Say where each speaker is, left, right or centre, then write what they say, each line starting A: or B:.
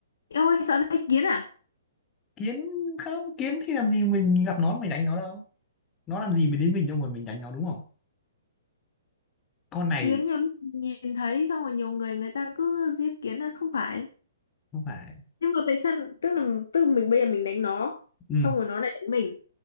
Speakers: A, on the left; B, on the left.
A: em ơi sợ thấy kiến à
B: kiến không kiến thì làm gì mình gặp nó mình đánh nó đâu nó làm gì mình đến mình đâu mà mình đánh nó đúng không con này
A: kiến nhiều lúc nhìn thấy xong rồi nhiều người người ta cứ giết kiến à không phải
B: không phải
A: nhưng mà tại sao tức là tức là mình bây giờ mình đánh nó
B: ừ.
A: xong rồi nó lại đánh mình